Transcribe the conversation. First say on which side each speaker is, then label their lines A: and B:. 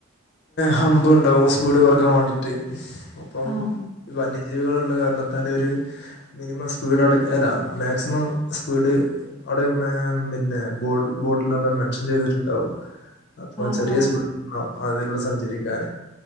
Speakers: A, on the left; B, on the left.
A: ഹംമ്പുണ്ടാവും സ്പീഡ് കൊറക്കാൻ വേണ്ടീട്ട് അപ്പം
B: ആഹ്
A: വന്യജീവികള് ള്ള കാരണത്താല് ഒര് മിനിമം സ്പീഡ് അവിടെ അല്ല മാക്സിമം സ്പീഡ് അവിടെ ് പിന്നെ- ബോട് ബോട്ടിലവടെ മെൻഷൻ ചെയ്തിട്ടുണ്ടാവും അപ്പൊ
B: ആഹ്
A: ചെറിയ
B: ആഹ്
A: സ്‌പീ വേണം അതിലൂടെ സഞ്ചരിക്കാന്